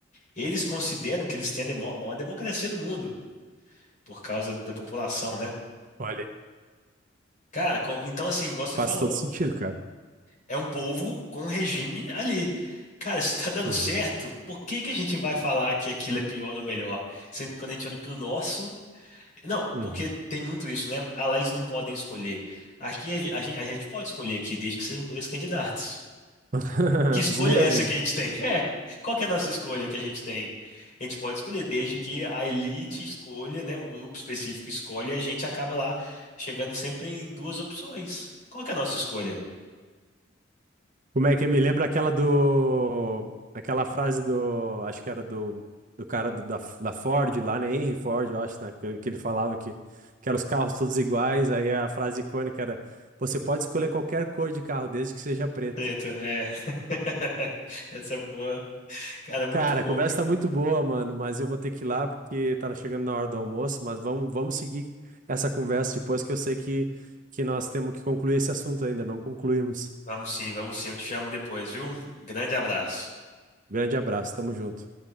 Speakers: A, on the left (about 40°); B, on the right (about 45°).
A: Eles consideram que eles têm a demo- maior democracia do mundo, por causa da população, né?
B: Olha, aí.
A: Cara, com- então assim, igual você
B: faz
A: falou,
B: todo sentido, cara.
A: é um povo com um regime ali. Cara, se tá dando
B: uhum,
A: certo, por que que a gente vai falar que aquilo é pior ou melhor? Sendo que quando a gente olha pro nosso, Não,
B: uhum.
A: porque tem muito isso, né? Ah, lá eles não podem escolher. Aqui a, gente, a gente pode escolher aqui, desde que sejam dois candidatos.
B: <laughs>
A: Que escolha
B: Os mesmos,
A: é essa que
B: né?
A: a gente tem? <laughs> É. Qual que é a nossa escolha que a gente tem? A gente pode escolher, desde que a elite escolha, né? Um grupo específico escolhe, e a gente acaba lá chegando sempre em duas opções. Qual que é a nossa escolha?
B: Como é que me lembra aquela do. Aquela frase do. Acho que era do, do cara do- da, da Ford lá, né? Henry Ford, eu acho, né? Que, que ele falava que, que eram os carros todos iguais. Aí a frase icônica era: Você pode escolher qualquer cor de carro, desde que seja preto.
A: Preto, é. <laughs> Essa é boa. Cara, muito
B: Cara,
A: bom,
B: a conversa
A: viu?
B: tá muito boa, mano, mas eu vou ter que ir lá porque tá chegando na hora do almoço. Mas vamos, vamos seguir essa conversa depois, que eu sei que, que nós temos que concluir esse assunto ainda, não concluímos.
A: Vamos sim, vamos sim. Eu te chamo depois, viu? Grande abraço.
B: Grande abraço, tamo junto.